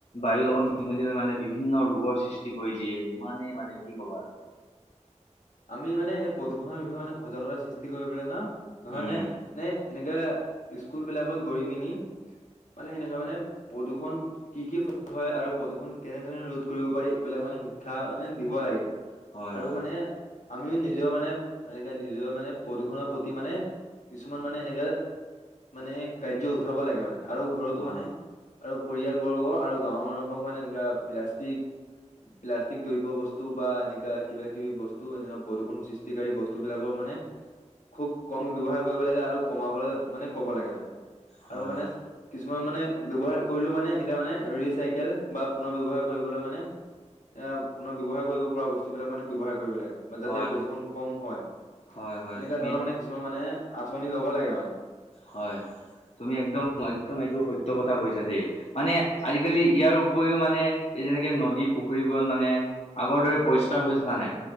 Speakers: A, on the left; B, on the left.
A: বায়ুৰ লগত মিহলি হৈ মানে বিভিন্ন ৰোগৰ সৃষ্টি <unintelligible> সৃষ্টি কৰি দিয়ে। ইমানেই মানে কি ক'বা আৰু
B: আমি মানে এই প্ৰদূষণৰ বিষয়ে মানে সজাগতা সৃষ্টি কৰিবলৈ ন, নহয়
A: উম
B: নে, নে এনেকা স্কুল বিলাকত গৈ পিনি মানে, এনেকুৱা মানে প্ৰদূৰ্ষণ কি কি ফলত হয় আৰু প্ৰদূৰ্ষণ কেনেধৰণে ৰোধ কৰিব পাৰি এইবিলাক মানে শিক্ষা মানে দিব লাগে,
A: হয়
B: আৰু
A: হয়
B: মানে আমিও নিজৰ মানে <unintelligible> মানে এনেকা নিজৰ মানে প্ৰদূষণৰ প্ৰতি মানে কিছুমান মানে এনেকে মানে কাৰ্য উঠাব লাগে মানে, আৰু ঘৰতো
A: অ
B: মানে আৰু পৰিয়াল বৰ্গ আৰু গাঁৱৰ মানুহক মানে এনেকুৱা প্লাষ্টিক প্লাষ্টিক দ্ৰব্য বস্তু বা এনেকা কিবা কিবি বস্তু <unintelligible> এনে প্ৰদূষণ সৃষ্টিকাৰী বস্তুবিলাকৰ মানে খুব কম ব্যৱহাৰ কৰিব লাগে আৰু কমাবলৈ মানে ক'ব লাগে মানে,
A: হয়
B: আৰু মানে
A: হয়
B: কি কিছুমান মানে ব্যৱহাৰ কৰিলেও মানে এনেকা মানে ৰিচাইকেল বা পুনৰ ব্যৱহাৰ কৰিবলৈ মানে এ পুনৰ ব্যৱহাৰ কৰিব পৰা বস্তু বিলাক মানে ব্যৱহাৰ কৰিব লাগে। বা যাতে
A: হয়
B: প্ৰদূষণ কম হয়।
A: হয় হয়
B: এনেকা
A: তুমি
B: ধৰণৰ মানে, কিছুমান মানে আঁচনি ল'ব লাগে মানে <unintelligible>
A: হয়, তুমি একদম-একদম এইটো সত্য কথা কৈছা দেই, মানে আজিকালি ইয়াৰ উপৰিও মানে এই যেনেকে নদী পুখুৰীবোৰত মানে আগৰ দৰে পৰিষ্কাৰ হৈ থকা নাই।